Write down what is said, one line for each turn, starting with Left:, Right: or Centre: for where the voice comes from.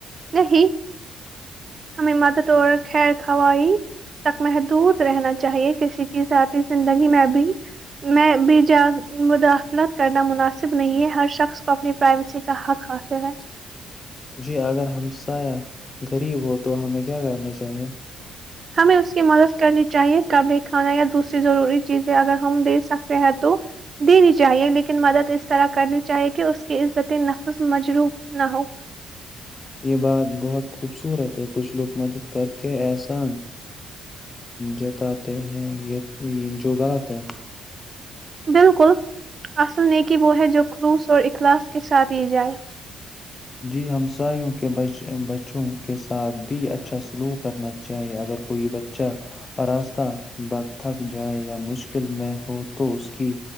Right: نہیں ہمیں مد طور خیر خائی تک محدود رہنا چاہیے کسی کے ساتھ ہی زندگی میں بھی میں بھی جا مداخلت کرنا مناسب نہیں ہے ہر شخص کو اپنی پرائیویسی کا حق حاصل ہے
Left: جی اگر ہم سا غریب ہو تو ہمیں کیا کرنا چاہیے
Right: ہمیں اس کی مدد کرنی چاہیے قبل کھانا یا دوسری ضروری چیزیں اگر ہم دے سکتے ہیں تو دینی چاہیے لیکن مدد اس طرح کرنی چاہیے کہ اس کی عزت نفس مجروح نہ ہو
Left: یہ بات بہت خوبصورت ہے کچھ لوگ مدد کر کے احسان جتاتے ہیں جو غلط ہے
Right: بالکل اصل نیکی وہ ہے جو خلوص اور اخلاص کے ساتھ یہ جائے
Left: جی ہمساوں کے بچوں کے ساتھ بھی اچھا سلوک کرنا چاہیے اگر کوئی بچہ راستہ ب تھک جائے یا مشکل میں ہو تو اس کی